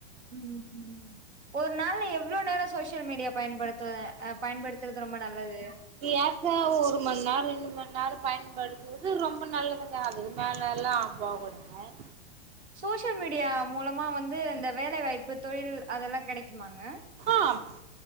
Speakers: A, on the right; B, on the right.
A: ம் ம் ஒரு நாள்ல எவ்ளோ நேரோ சோசியல் மீடியா பயன்படுத்து அ பயன்படுத்துறது ரொம்ப நல்லது
B: ஏக்க ஒரு மண்நரோ ரெண்டு மண் நரோ பயன்படுத்துவது ரொம்ப நல்லதுங்க அது மேலல்லா அப்பாவ கொடுங்க
A: சோசியல் மீடியா மூலமா வந்து இந்த வேல வாய்ப்பு தொழில் அதெல்லா கெடைக்குமாங்க
B: ஆம்